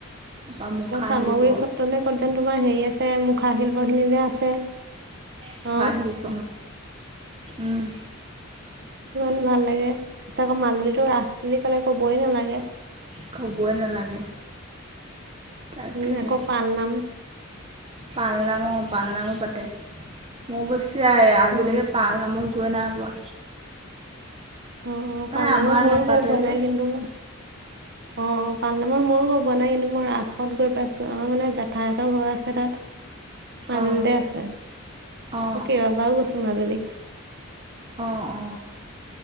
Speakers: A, on the right; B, on the right.
A: তাৰপা মুখা
B: চামগৰি
A: শিল্প
B: সত্ৰ নে ক'তন তোমাৰ হেৰি আছে মুখা শিল্প খিনি যে আছে,
A: মোখা
B: অ
A: শিল্প উম
B: ইমান ভাল লাগে তাৰপিছত আকৌ মাজুলীটো ৰাস বুলি কলে কবই নালাগে
A: কবই নালাগে তাকেহে
B: উম আকৌ পাল নাম
A: পাল নামো পাল নামো পাতে মই টো যাই আজিলৈকে
B: অ
A: পাল নামত গৈ নাই পোৱা
B: অ
A: মানে
B: পালনামত
A: আমাৰ
B: মইয়ো
A: নাপাতে
B: গম পোৱা
A: যে
B: নাই কিন্তু মোৰ অ অ পাল নামত ময়ো গৈ পোৱা নাই কিন্তু মই ৰাসত গৈ পাইছো আমাৰ মানে জেঠাই হতৰ ঘৰ আছে তাত, মাজুলীতে
A: অ
B: আছে
A: অ
B: মই কেইবাবাৰু গৈছো মাজুলী
A: অ', অ'।